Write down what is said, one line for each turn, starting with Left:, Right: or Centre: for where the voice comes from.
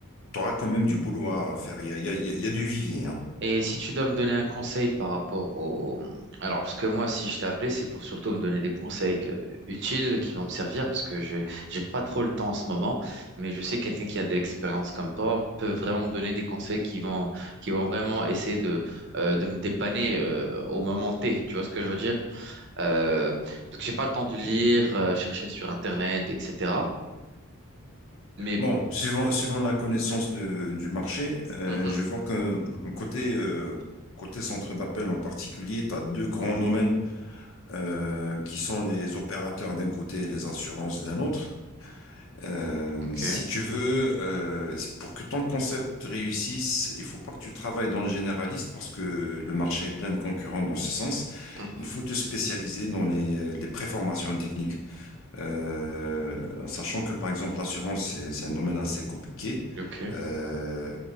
Left: T'auras quand même du boulot à faire. Il y a, il y a- il y a- il y a du vivier. hein.
Right: Et si tu dois me donner un conseil par rapport au... Alors, parce que moi, si je t'ai appelé, c'est pour surtout me donner des conseils que- utiles qui vont me servir, parce que je j'ai pas trop le temps en ce moment, mais je sais que quelqu'un qui a de l'expérience comme toi peut vraiment me donner des conseils qui vont, qui vont vraiment essayer de, euh, de me dépanner euh, au moment T. Tu vois ce que je veux dire? Euh, parce que j'ai pas le temps de lire, euh, chercher sur Internet, etc. Mais...
Left: Bon, suivant, suivant la connaissance de- du marché, euh,
Right: Mhm.
Left: je vois que côté, euh, côté centre d'appel en particulier, tu as deux grands domaines euh, qui sont les opérateurs d'un côté et les assurances d'un autre. Euh,
Right: Ok.
Left: si tu veux, euh, pour que ton concept réussisse, il faut pas que tu travailles dans le généraliste parce que le marché est plein de concurrents dans ce sens.
Right: Mhm.
Left: Il faut te spécialiser dans les, euh, les préformations techniques. Euh, en sachant que par exemple l'assurance c'est c'est un domaine assez compliqué
Right: Ok.
Left: euh,